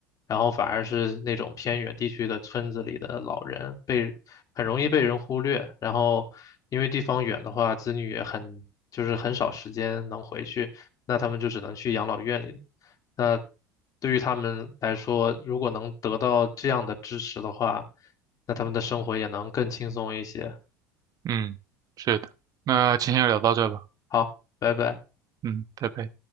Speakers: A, on the left; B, on the right.
A: 然后反而是那种偏远地区的村子里的老人被很容易被人忽略，然后因为地方远的话，子女也很就是很少时间能回去，那他们就只能去养老院里了那对于他们来说，如果能得到这样的支持的话，那他们的生活也能更轻松一些。
B: 嗯，是的，那今天就聊到这吧，
A: 好，拜拜。
B: 嗯，拜拜。